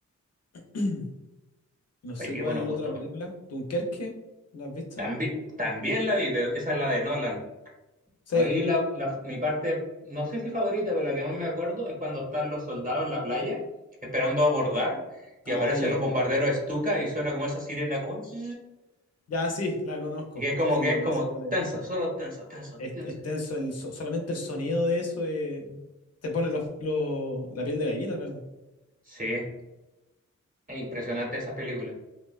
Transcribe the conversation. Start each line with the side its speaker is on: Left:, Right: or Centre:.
Left: <clears throat> No sé
Right: Oye, qué
Left: cuál
Right: buenos gustos.
Left: otra película. ¿Dunkerque? ¿La has visto?
Right: También, también la vi, pero esa es la de Nolan.
Left: Sí.
Right: A mí la, la- mi parte, no sé si favorita, pero la que más me acuerdo es cuando están los soldados en la playa esperando abordar y
Left: Ah,
Right: aparecen
Left: ya.
Right: los bombarderos Stuka y suena como esa sirena como... zzzz,
Left: Ya sí, la conozco.
Right: Y que es como
Left: Sí,
Right: que es como
Left: ya sé cuál es.
Right: tenso, solo tenso, tenso,
Left: Es,
Right: tenso.
Left: es tenso el, so- solamente el sonido de eso eh, te pone los, los- la piel de gallina, la verdad.
Right: Sí, es impresionante esa película.